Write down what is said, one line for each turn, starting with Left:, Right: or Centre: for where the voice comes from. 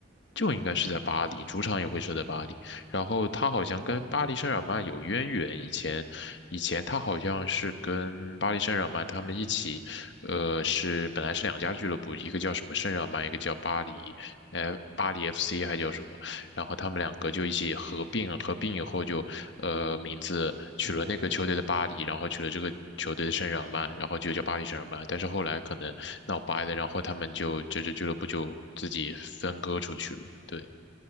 Left: 就应该是在巴黎，主场也会设在巴黎。然后他好像跟巴黎圣日耳曼有渊源，
Right: 哦，
Left: 以前以前他好像是跟巴黎圣日耳曼他们一起，呃，是本来是两家俱乐部，一个叫什么圣日耳曼，一个叫巴黎，呃，巴黎 FC 还叫什么，然后他们两个就一起合并，合并以后就，呃，名字取了那个球队的巴黎，
Right: 对对对。
Left: 然后取了这个球队的圣日耳曼，然后就叫巴黎圣日耳曼。但是后来可能闹掰了，然后他们就这支俱乐部就自己分割出去了。对，